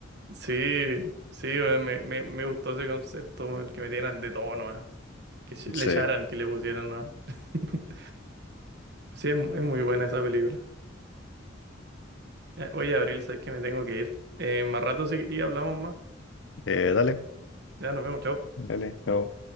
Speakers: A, on the right; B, on the left.
A: Sí, sí, weón, me, me, me gustó ese concepto, weón, que metieran de todo nomás, que ch- le
B: Sí.
A: echaran, que le pusieran nomás. <laughs> Pues sí, es, mu- es muy buena esa película. Ya, Oye, Abril, sabes que me tengo que ir. Eh, más rato si quería hablamos más.
B: Eh, dale,
A: Ya nos vemos, chao.
B: dale. No.